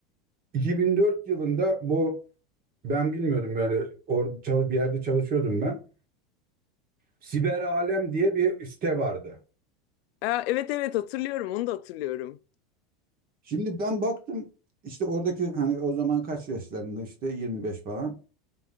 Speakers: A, on the right; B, on the left.
A: 2004 yılında bu ben bilmiyordum böyle or çalıp bir yerde çalışıyordum ben. Siber Alem diye bir site vardı.
B: Aa, evet evet hatırlıyorum onu da hatırlıyorum.
A: Şimdi ben baktım işte oradaki hani o zaman kaç yaşlarında işte 25 falan.